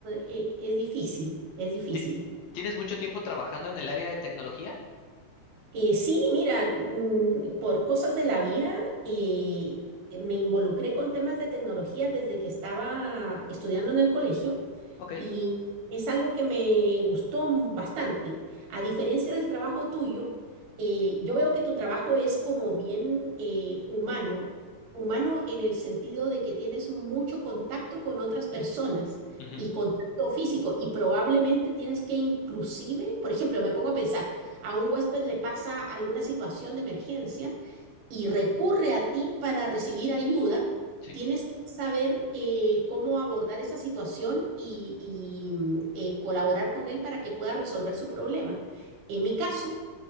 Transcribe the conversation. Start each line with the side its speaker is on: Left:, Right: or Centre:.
Right: e- es difícil, es difícil.
Left: Ti- ¿Tienes mucho tiempo trabajando en el área de tecnología?
Right: Eh, sí, mira, mm, por cosas de la vida eh, me involucré con temas de tecnología desde que estaba estudiando en el colegio
Left: Ok.
Right: y es algo que me gustó m- bastante. A diferencia del trabajo tuyo, eh, yo veo que tu trabajo es como bien eh, humano, humano en el sentido de que tienes mucho contacto con otras personas
Left: Ujú,
Right: y contacto físico y probablemente tienes que inclusive, por ejemplo, me pongo a pensar, a un huésped le pasa alguna situación de emergencia y recurre a ti para recibir ayuda,
Left: Sí.
Right: tienes que saber eh, cómo abordar esa situación y, y, mm, eh, colaborar con él para que pueda resolver su problema. En mi caso,